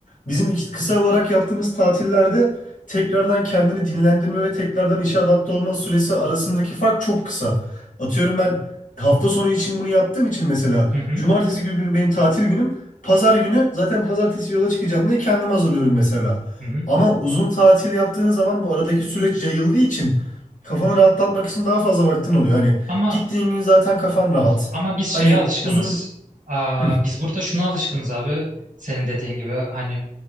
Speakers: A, on the left; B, on the right.
A: Bizim iki- kısa olarak yaptığımız tatillerde tekrardan kendini dinlendirme ve tekrardan işe adapte olma süresi arasındaki fark çok kısa. Atıyorum ben hafta sonu için bunu yaptığım için mesela
B: hı hı,
A: cumartesi günü benim tatil günüm. Pazar günü zaten pazartesi yola çıkacağım diye kendimi hazırlıyorum mesela.
B: hı hı.
A: Ama uzun tatil yaptığın zaman bu aradaki süreç yayıldığı için kafanı rahatlatmak için daha fazla vaktin oluyor. Hani
B: Ama
A: Gittiğin gün zaten kafan rahat.
B: Ama biz şeye
A: Hani
B: alışkınız.
A: uzun...
B: Aa,
A: Hı,
B: biz burada şuna alışkınız abi. Senin dediğin gibi hani